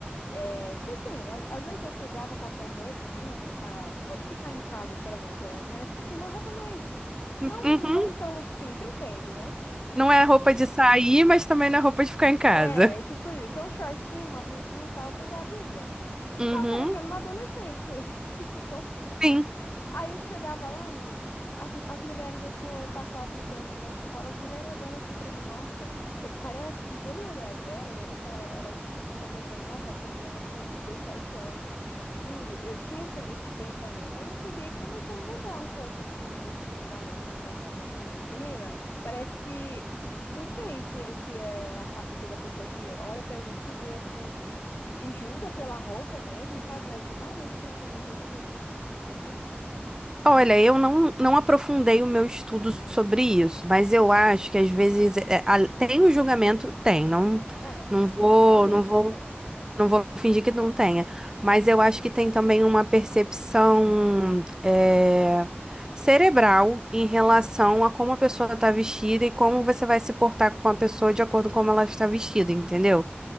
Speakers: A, on the left; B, on the right.
A: É, tipo assim, às, às vezes eu pegava qualquer roupa, assim, de ficar, não de ficar em casa, literalmente, é, mas, tipo assim, uma roupa mais, não,
B: Uhum.
A: não tão assim, você entende, né?
B: Não é roupa de sair, mas também não é roupa de ficar em casa.
A: É, tipo isso, um shortinho, uma blusinha e tal, eu pegava e ia.
B: Uhum.
A: E tava parecendo uma adolescente mesmo, <laughs> confesso.
B: Sim.
A: Aí chegava lá, menina, as, as mulheres assim, eu passava entrando na escola, as mulheres olhando assim pra mim, nossa, eu- parece que pelo olhar delas, elas falavam, elas deviam estar pensando, nossa, essa menina deve ter uns 17 anos. Juro, eu tinha essa- esse pensamento. Aí eu peguei e comecei a mudar um pouco assim o estilo da roupa que eu tava indo. Menina, parece que eu Não sei se, é- se é a cabeça da pessoa que olha pra gente e vê assim e julga pela roupa mesmo, sabe? Mas realmente o tratamento é diferente. Eu percebi isso.
B: Olha, eu não, não aprofundei o meu estudo sobre isso, mas eu acho que às vezes é, a- tem o julgamento, tem, não,
A: É,
B: não vou,
A: te- realmente
B: não vou,
A: tem.
B: não vou fingir que não tenha, mas eu acho que tem também uma percepção é, cerebral em relação a como a pessoa está vestida e como você vai se portar com uma pessoa de acordo com como ela está vestida, entendeu?